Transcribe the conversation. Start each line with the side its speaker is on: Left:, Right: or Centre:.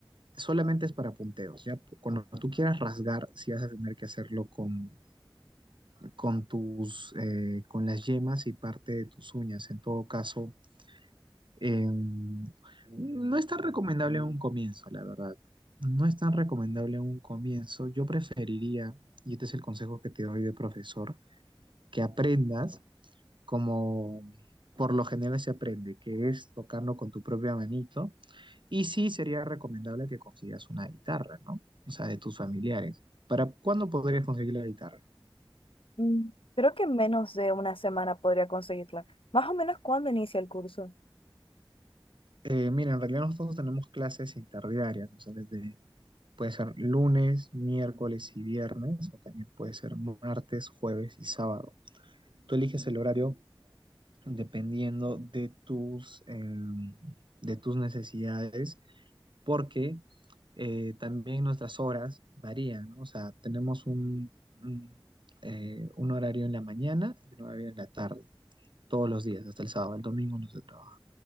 Right: solamente es para punteos, ¿ya? Cuando tú quieras rasgar, sí vas a tener que hacerlo con, con tus, eh, con las yemas y parte de tus uñas. En todo caso, Eh, no es tan recomendable en un comienzo, la verdad. No es tan recomendable en un comienzo. Yo preferiría, y este es el consejo que te doy de profesor, que aprendas como por lo general se aprende, que es tocarlo con tu propia manito. Y sí sería recomendable que consigas una guitarra, ¿no? O sea, de tus familiares. ¿Para cuándo podrías conseguir la guitarra?
Left: Mm, Creo que en menos de una semana podría conseguirla. Más o menos cuando inicia el curso.
Right: Eh, mira, en realidad nosotros no tenemos clases interdiarias, o sea, desde, puede ser lunes, miércoles y viernes, o también puede ser martes, jueves y sábado. Tú eliges el horario dependiendo de tus, eh, de tus necesidades, porque eh, también nuestras horas varían, ¿no? O sea, tenemos un, un, eh, un horario en la mañana y un horario en la tarde, todos los días, hasta el sábado, el domingo no se trabaja.